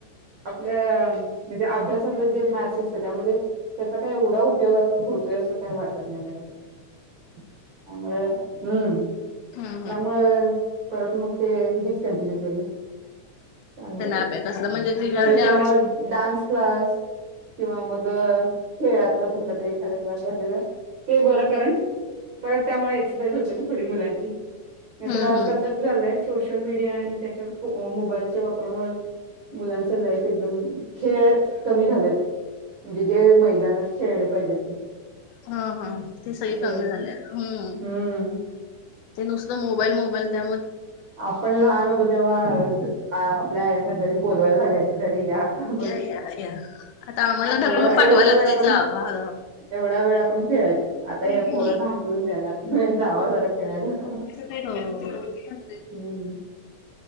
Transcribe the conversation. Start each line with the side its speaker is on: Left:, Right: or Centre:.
Right: आपल्या म्हणजे अभ्यासातलं जे मॅथ्स असतं त्यामध्ये त्याचा काही एवढा उपयोगात्मक होतोय असं काय वाटत नाही, त्यामुळे हम्म.
Left: हा हा.
Right: मुळे परत मग ते डिस्कंटिन्यू केलं. त्यामुळे,
Left: अभ्याकसला म्हणजे तिच्या
Right: त्यापेक्षा
Left: त्या
Right: म डान्स क्लास किंवा मग खेळातलं कुठला तरी एखाद क्लास घातलेला. ते बरं कारण परत त्यामुळे एक्सरसाईज होते ना थोडी मुलांची नाहीतर
Left: हम्म
Right: आजकाल
Left: हम्म
Right: ज झालंय सोशल मीडिया आणि त्याच्या मोबाईलच्या वापरामुळे मुलांच लाईफ एकदम खेळ कमी झालेत म्हणजे जे मैदानात खेळले पाहिजेत ते.
Left: हा हा, ते सगळे
Right: असं
Left: कमी
Right: झालं
Left: झाले,
Right: ना.
Left: हम्.
Right: हम्म.
Left: ते नुसतं मोबाईल मोबाईल त्या
Right: आपण लहान होतो तेव्हा आपल्या यांना घरी बोलवायला लागायचं घरी या. थांब,
Left: या या या आता आम्हाला
Right: एवढा
Left: ढकलून पाठवायला
Right: एवढा वेळ
Left: लागतंय
Right: आपण
Left: जावा
Right: एवढा वेळ आपण खेळायच
Left: जावा.
Right: आता या पोरांना हाकलून द्यायला वय जावा जरा खेळायला.
Left: होय <unintelligible>
Right: हम्म,